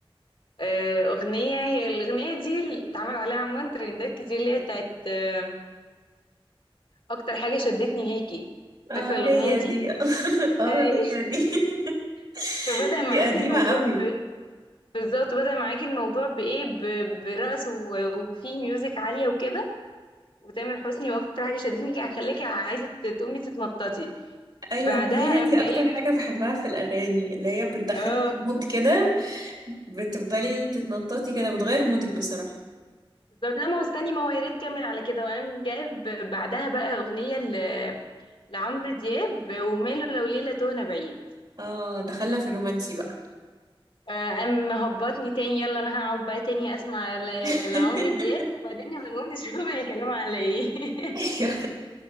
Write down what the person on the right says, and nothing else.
اه
هي
دي <laughs> اه
هي دي <laughs>
دي قديمة
قوي
ايوه
ما هي دي
اكتر حاجة بحبها في الاغاني اللي هي بتدخلك
في مود كده بتفضلي تتنططي كده بتغير مودك بصراحة
اه دخلنا في الرومانسي بقى
<laughs>
ايوه